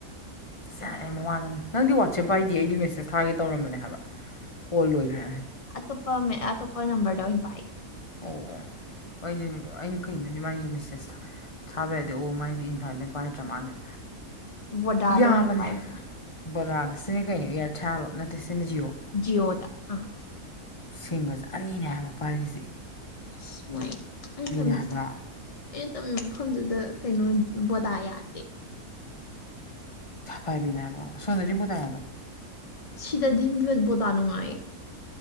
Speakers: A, on the left; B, on the left.
A: ꯌꯥꯔꯦ ꯃꯋꯥ ꯂꯧꯅꯨ ꯅꯪꯗꯤ ꯋꯥꯆꯦꯞ ꯄꯥꯏꯗꯤꯌꯦ ꯑꯩꯗꯤ ꯃꯦꯁꯦꯁ ꯊꯥꯒꯦ ꯇꯧꯔꯝꯕꯅꯦ ꯍꯥꯏꯕ ꯀꯣꯜ ꯂꯣꯏꯒ꯭ꯔꯦ
B: ꯑꯇꯣꯞꯄꯃꯦ ꯑꯇꯣꯞꯄ ꯅꯝꯕꯔꯗ ꯑꯣꯏꯅ ꯄꯥꯏ
A: ꯑꯣꯑꯣ ꯑꯩꯗꯤ ꯑꯩꯅ ꯀꯩꯅꯣꯅꯦ ꯃꯥꯥꯏꯖꯤ ꯃꯦꯁꯦꯖ ꯊꯥ ꯊꯥꯕ ꯌꯥꯗꯦ ꯑꯣ ꯃꯥꯏꯁꯦ ꯏꯟꯐꯥꯏꯜꯅꯦꯜ ꯄꯥꯏꯗ꯭ꯔ ꯃꯥꯥꯜꯂꯦ
B: ꯕꯣꯗꯥꯗ
A: ꯌꯥꯕꯅꯦ
B: ꯑꯣꯏꯅ ꯄꯥꯏꯕ
A: ꯚꯣꯗꯥꯗ ꯁꯤꯅꯤ ꯀꯩꯅꯣ ꯏꯌꯥꯔꯊꯦꯜꯂꯣ ꯅꯠꯇꯦ ꯁꯤꯅ ꯖꯤꯑꯣ
B: ꯖꯤꯌꯣꯗ ꯑꯥ
A: ꯁꯤꯝꯒꯖꯦ ꯑꯅꯤꯅꯦ ꯍꯥꯏꯕ ꯄꯥꯏꯔꯤꯖꯤ
B: ꯑꯁ ꯃꯣꯢ ꯑꯩꯇꯝ
A: ꯍꯥꯏꯕ
B: ꯑꯩꯅ ꯇꯝꯃꯤꯕ ꯃꯐꯝꯗꯨꯗ ꯀꯩꯅꯣ ꯕꯣꯗꯥ ꯌꯥꯗꯦ
A: ꯐꯥꯏꯕꯤꯅꯦ ꯍꯥꯏꯕ ꯑꯁꯣꯝꯗꯗꯤ ꯕꯣꯗꯥ <unintelligible>
B: ꯁꯤꯗꯗꯤ <unintelligible> ꯕꯣꯗꯥꯥ ꯅꯨꯡꯉꯥꯏ
A: <unintelligible>